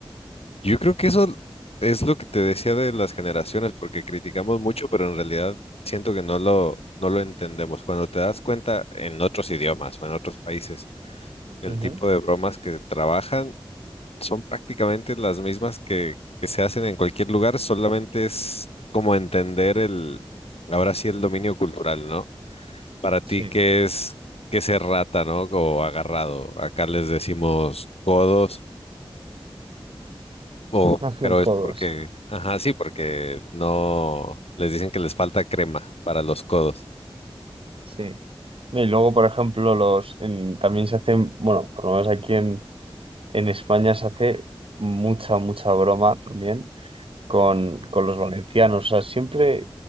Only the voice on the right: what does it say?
Ujú.
Sí,
<laughs>
Codos.
sí. Y luego, por ejemplo, los en- también se hacen, bueno, por lo menos aquí en, en España se hace mucha, mucha broma también con, con los valencianos. O sea, siempre